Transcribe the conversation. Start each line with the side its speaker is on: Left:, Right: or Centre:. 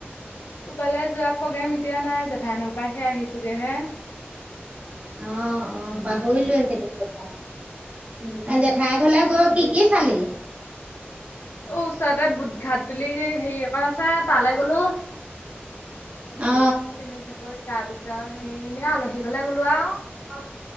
Left: বালে যোৱা প্ৰগেম এতিয়া নাই জেঠা ন'। <unintelligible> আহিছো গেহে।
Right: অ', অ', পাহৰিলোয়ে সেইটো কথা। জেঠাই ঘলে গ'ত। কি কি চালি।
Left: অ', ওচৰতে বুট ঘাট বুলি হেৰি অকন আছে তালৈ গ'লো।
Right: অ
Left: চিমে চাকৰি, তাৰ পিছত সেনে আলহী ঘৰলে গ'লো আৰু।
Right: অ',